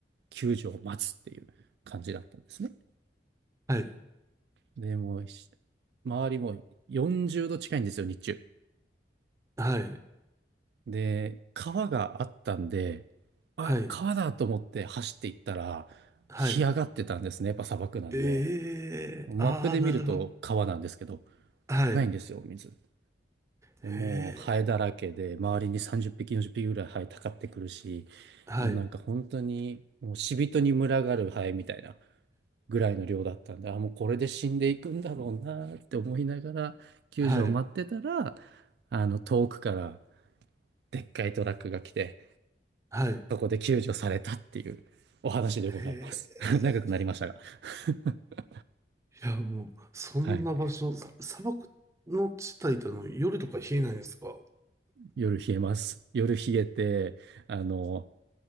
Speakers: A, on the right (about 65°); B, on the right (about 15°).
A: 救助を待つっていう感じだったんですね。
B: はい、
A: で、もうし周りも40度近いんですよ、日中。
B: はい、
A: で、川があったんで、あ、
B: はい、
A: 川だと思って走っていったら、
B: はい。
A: 干上がってたんですね。やっぱ砂漠なんで。
B: ええああ、
A: マップで見ると川なんですけど、
B: なるほど。はい。
A: ないんですよ、水。で、
B: へえ。
A: もうハエだらけで、周りに30匹、40匹ぐらいハエたかってくるし、
B: はい。
A: もうなんか本当に、もう死人に群がるハエみたいなぐらいの量だったんで、あ、もうこれで死んでいくんだろうなって思いながら、救助を待ってたら、
B: はい。
A: あの、遠くからでっかいトラックが来て、
B: はい。
A: そこで救助されたっていうお話でございます。
B: へえ。
A: <laughs> 長くなりましたが。<laughs>
B: いや、もう、そんな場所、
A: はい。
B: 砂漠の地帯ってあの夜とか冷えないんですか
A: 夜冷えます。夜冷えて、あの、